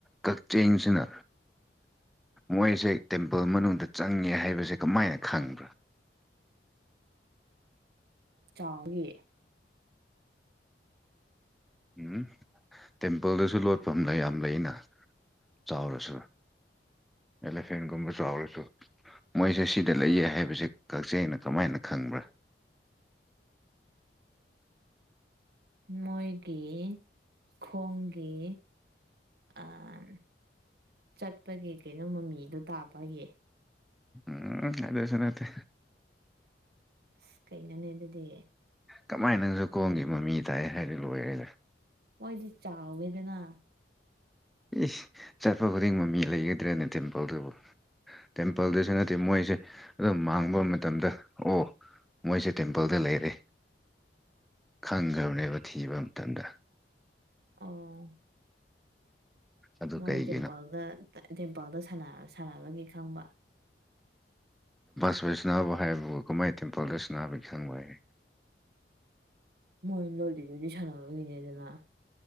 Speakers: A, in the centre; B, on the right (about 60°).
A: ꯀꯛꯆꯦꯡꯁꯤꯅ ꯃꯣꯏꯁꯦ ꯇꯦꯝꯄꯜ ꯃꯅꯨꯡꯗ ꯆꯪꯉꯦ ꯍꯥꯏꯕꯁꯦ ꯀꯃꯥꯏꯅ ꯈꯪꯕ꯭ꯔꯥ
B: ꯆꯥꯎꯋꯦ
A: ꯎꯝ ꯇꯦꯝꯄꯜꯗꯁꯨ ꯂꯣꯠꯐꯝꯅ ꯌꯥꯝ ꯂꯩꯅ ꯆꯥꯎꯔꯁꯨ ꯑꯦꯂꯤꯐꯦꯟꯒꯨꯝꯕꯆꯥꯎꯔꯁꯨ ꯃꯣꯏꯁꯦ ꯁꯤꯗ ꯂꯩꯌꯦ ꯍꯥꯏꯕꯁꯦ ꯀꯛꯆꯦꯡꯅ ꯀꯃꯥꯏꯅ ꯈꯪꯕ꯭ꯔꯥ
B: ꯃꯣꯏꯒꯤ ꯈꯣꯡꯒꯤ ꯑꯥ ꯆꯠꯄꯒꯤ ꯀꯩꯅꯣ ꯃꯃꯤꯗꯣ ꯇꯥꯕꯒꯤ
A: ꯎꯝ ꯑꯗꯨꯁꯨ ꯅꯠꯇꯦ
B: ꯑꯁ ꯀꯩꯅꯣꯅꯦ ꯑꯗꯨꯗꯤ
A: ꯀꯃꯥꯏ ꯅꯪꯁꯨ ꯈꯣꯡꯒꯤ ꯃꯃꯤ ꯇꯥꯏ ꯍꯥꯏꯗꯤ ꯂꯣꯏꯔꯦꯅꯦ
B: ꯃꯣꯏꯗꯤ ꯆꯥꯎꯋꯦꯗꯅ
A: ꯏꯁ ꯆꯠꯄ ꯈꯨꯗꯤꯡ ꯃꯃꯤ ꯂꯩꯒꯗ꯭ꯔꯦꯅꯦ ꯊꯤꯟꯄꯜꯗꯨꯕꯨ ꯇꯦꯝꯄꯜꯗꯁꯨ ꯅꯠꯇꯦ ꯃꯣꯏꯁꯦ ꯑꯗꯨꯝ ꯃꯥꯡꯕ ꯃꯇꯝꯗ ꯑꯣ ꯃꯣꯏꯁꯦ ꯇꯦꯝꯄꯜꯗ ꯂꯩꯔꯦ ꯈꯪꯈ꯭ꯔꯕꯅꯦꯕ ꯊꯤꯕ ꯃꯇꯝꯗ
B: ꯑꯣ
A: ꯑꯗꯨ
B: ꯃꯣꯏ
A: ꯀꯩꯒꯤꯅꯣ
B: ꯇꯦꯝꯄꯜꯗ ꯇꯦꯝꯄꯜꯗ ꯁꯥꯟꯅ ꯁꯥꯟꯅꯕꯒꯤ ꯈꯪꯕ
A: <unintelligible> ꯍꯥꯏꯕꯔꯣ ꯀꯨꯝꯃꯥꯏ ꯇꯦꯝꯄꯜꯗꯁꯤꯅꯅꯥꯕ ꯈꯪꯕꯌꯦ
B: ꯃꯣꯏ ꯂꯣꯂꯤꯗꯨꯗꯤ ꯁꯥꯟꯅꯕꯒꯤꯅꯦꯗꯅ